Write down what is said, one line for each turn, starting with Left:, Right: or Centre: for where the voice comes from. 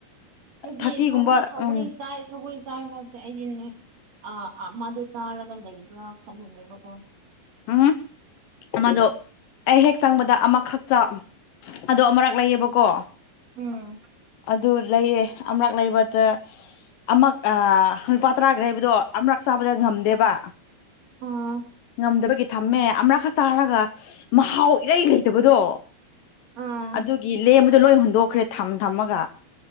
Right: ꯑꯩꯗꯤ
Left: ꯊꯥꯔꯇꯤꯒꯨꯝꯕ
Right: ꯁꯧꯒ꯭ꯔꯤ ꯁꯧꯒ꯭ꯔꯤ
Left: ꯎꯝ
Right: ꯆꯥꯏ ꯁꯒ꯭ꯔꯤ ꯆꯥꯏ ꯍꯥꯏꯕꯁꯦ ꯑꯩꯗꯤꯅꯦ ꯑꯥ ꯑꯥ ꯃꯥꯗꯣ ꯆꯥꯔꯒ ꯂꯩꯕ꯭ꯔꯥ ꯈꯟꯂꯤꯅꯦꯕꯀꯣ
Left: ꯎꯝ ꯑꯃꯗꯣ ꯑꯩ ꯍꯦꯛ ꯆꯪꯕꯗ ꯑꯃꯈꯛꯇ ꯑꯗꯣ ꯑꯃꯔꯛ ꯂꯩꯌꯦꯕꯀꯣ
Right: ꯎꯝ
Left: ꯑꯗꯨ ꯂꯩꯌꯦ ꯑꯃꯔꯛ ꯂꯩꯕꯗ ꯑꯃꯛ ꯑꯥ ꯂꯨꯄꯥ ꯇꯔꯥꯒ ꯂꯩꯕꯗꯣ ꯑꯃꯔꯛ ꯆꯥꯕꯗ ꯉꯝꯗꯦꯕ
Right: ꯎꯝ
Left: ꯉꯝꯗꯕꯒꯤ ꯊꯝꯃꯦ ꯑꯃꯔꯛ ꯈꯛ ꯆꯥꯔꯒ ꯃꯍꯥꯎ ꯏꯔꯩ ꯂꯩꯇꯕꯗꯣ
Right: ꯑꯥ
Left: ꯑꯗꯨꯒꯤ ꯂꯦꯝꯕꯗꯣ ꯂꯣꯏ ꯍꯨꯟꯗꯣꯛꯈ꯭ꯔꯦ ꯊꯝ ꯊꯝꯃꯒ